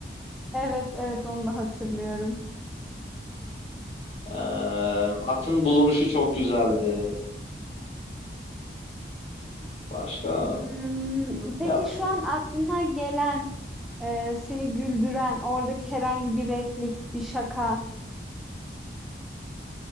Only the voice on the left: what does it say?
E, atın bulunuşu çok güzeldi. Başka
ya